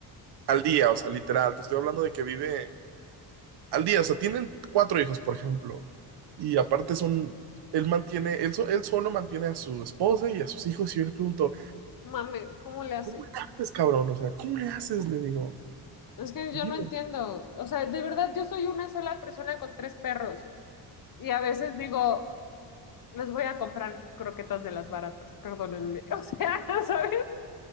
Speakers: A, on the right; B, on the left.
A: al día, o sea, literal. Te estoy hablando de que vive al día, o sea, tienen cuatro hijos, por ejemplo, y aparte son, él mantiene, él, so- él solo mantiene a su esposa y a sus hijos, y yo le pregunto,
B: mame ¿cómo le hace?
A: ¿cómo le haces, cabrón? O sea, ¿cómo le haces? Le digo,
B: Es que
A: "Dilo".
B: yo no entiendo. O sea, de verdad, yo soy una sola persona con tres perros. Y a veces digo, les voy a comprar croquetas de las baratas, perdónenme. <laughs> O sea, ¿sabes?